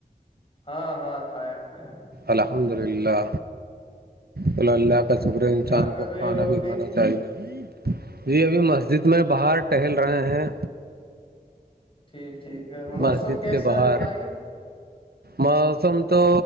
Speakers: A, on the left; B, on the right.
A: ہاں ہاں کھایا کھایا
B: الحمد للہ چلو اللہ شکرے انسان
A: کیا کر
B: کو
A: رہے
B: کھانا
A: ہو ابھی
B: بھی کھانا چاہیے جی ابھی مسجد میں باہر ٹہل رہے ہیں
A: ٹھیک ٹھیک موسم
B: مسجد
A: کیسا
B: کے باہر
A: ہے بھائی
B: موسم تو